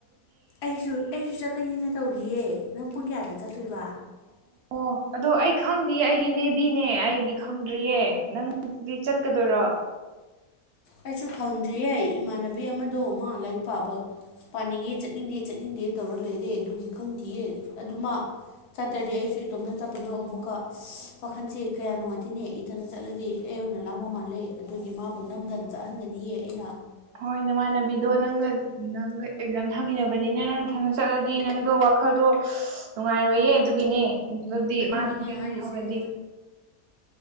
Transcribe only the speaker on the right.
ꯑꯣ ꯑꯗꯣ ꯑꯩ ꯈꯪꯗꯤꯌ‌ꯦ ꯑꯩꯗꯤ ꯃꯦꯕꯤꯅꯦ ꯑꯩꯗꯤ ꯈꯪꯗ꯭ꯔꯤꯌꯦ ꯅꯪꯗꯤ ꯆꯠꯀꯗꯣꯏꯔꯣ
ꯍꯣꯏ ꯅꯃꯥꯟꯅꯕꯤꯗꯣ ꯅꯪꯒ ꯅꯪꯒ ꯑꯦꯛꯖꯥꯝ ꯊꯝꯃꯤꯟꯅꯕꯅꯤꯅ ꯅꯪ ꯊꯟꯗ ꯆꯠꯂꯗꯤ ꯅꯪꯗꯣ ꯋꯥꯈꯜꯗꯣ ꯅꯨꯡꯉꯥꯏꯔꯣꯏꯌꯦ ꯑꯗꯨꯒꯤꯅꯦ ꯑꯗꯨꯗꯤ
ꯃꯥ ꯃꯌꯨꯝ
ꯂꯩꯍꯧꯔꯗꯤ